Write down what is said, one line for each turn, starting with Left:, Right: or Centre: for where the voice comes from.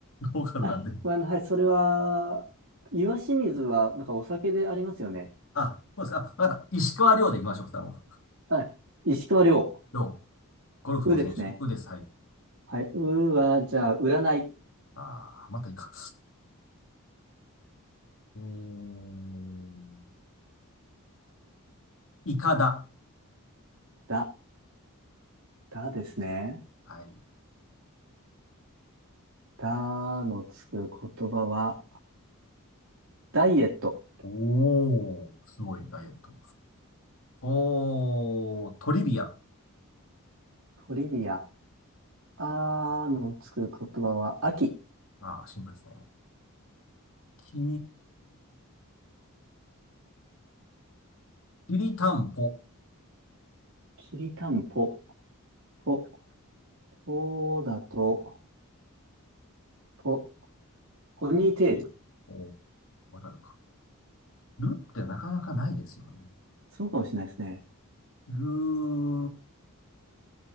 Left: ローカルなんで。
Right: あ、ごめんなさい。それは、いわし水は、なんかお酒でありますよね。
Left: あ、そうですか。あわかった。石川遼で行きましょう、二人も。
Right: はい。石川遼。
Left: 遼、ゴルフの選手。
Right: うですね。
Left: うです。はい。
Right: はい。うは、じゃあ、占い。
Left: あー、またいいか。えー、イカダ。
Right: だ。だですね。
Left: はい。
Right: だのつく言葉は、ダイエット。
Left: おー、すごい、ダイエット。おー、トリビア。
Right: トリビア。あのつく言葉は、秋。
Left: あー、シンプルですね。きーきりたんぽ。
Right: きりたんぽ。ぽ。そうだと、ポ、ポニーテール。
Left: おわかるか。るってなかなかないですよね。
Right: そうかもしれないですね。
Left: ルー、